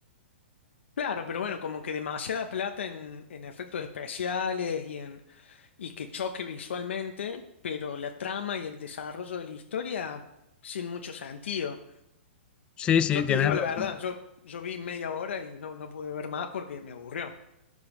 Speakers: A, on the left; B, on the left.
A: Claro, pero bueno, como que demasiada plata en, en efectos especiales y en y que choque visualmente, pero la trama y el desarrollo de la historia sin mucho sentido.
B: Sí, sí,
A: Yo te
B: tienes
A: digo
B: razón.
A: la verdad, yo, yo vi media hora y no, no pude ver más porque me aburrió.